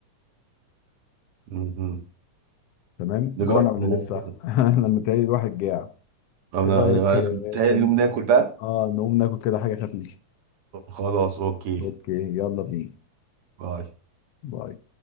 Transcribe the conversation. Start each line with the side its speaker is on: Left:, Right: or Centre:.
Right: مم.
Left: تمام
Right: نجرب
Left: جوعنا ولا
Right: الموضوع
Left: لسه؟
Right: ده
Left: <laughs> أنا متهيألي الواحد جاع
Right: انا
Left: ايه رأيك
Right: أنا-
Left: اه
Right: أنا متهيألي نقوم ناكل بقى
Left: آه، نقوم ناكل كده حاجة خفيفة
Right: خلاص اوكي
Left: اوكي يلا بينا
Right: باي
Left: باي